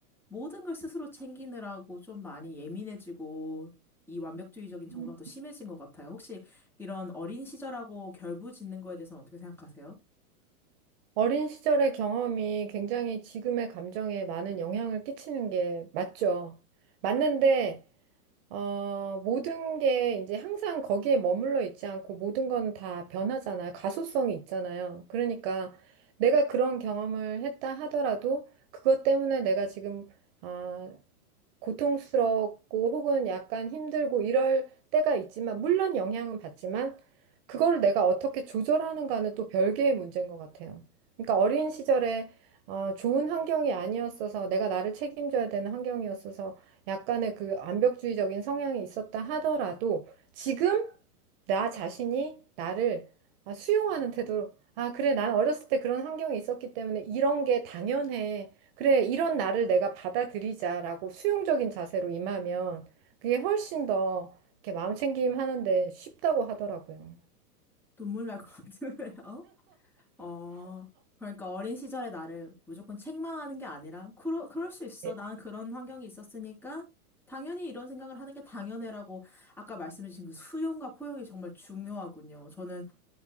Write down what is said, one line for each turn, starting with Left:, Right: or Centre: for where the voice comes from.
Centre: 모든 걸 스스로 챙기느라고 좀 많이 예민해지고 이 완벽주의적인 정서가
Right: 음.
Centre: 더 심해진 것 같아요. 혹시 이런 어린 시절하고 결부짓는 거에 대해서는 어떻게 생각하세요?
Right: 어린 시절의 경험이 굉장히 지금의 감정에 많은 영향을 끼치는 게 맞죠. 맞는데 어, 모든 게 이제 항상 거기에 머물러 있지 않고 모든 건 다 변하잖아요. 가소성이 있잖아요. 그러니까 내가 그런 경험을 했다 하더라도 그것 때문에 내가 지금 어, 고통스럽고 혹은 약간 힘들고 이럴 때가 있지만, 물론 영향은 받지만, 그걸 내가 어떻게 조절하는가는 또 별개의 문제인 것 같아요. 그러니까 어린 시절에 어, 좋은 환경이 아니었어서 내가 나를 책임져야 되는 환경이었어서 약간의 그 완벽주의적인 성향이 있었다 하더라도 지금 나 자신이 나를 아, 수용하는 태도로 아, 그래, 난 어렸을 때 그런 환경이 있었기 때문에 이런 게 당연해. 그래, 이런 나를 내가 받아들이자라고 수용적인 자세로 임하면 그게 훨씬 더 이렇게 마음 챙김 하는데 쉽다고 하더라고요.
Centre: 눈물 날 것 같은데요? 어, 그러니까 어린 시절의 나를 무조건 책망하는 게 아니라, 그러, 그럴 수 있어.
Right: 네,
Centre: 난 그런 환경이 있었으니까, 당연히 이런 생각을 하는 게 당연해라고 아까 말씀해주신 그 수용과 포용이 정말 중요하군요. 저는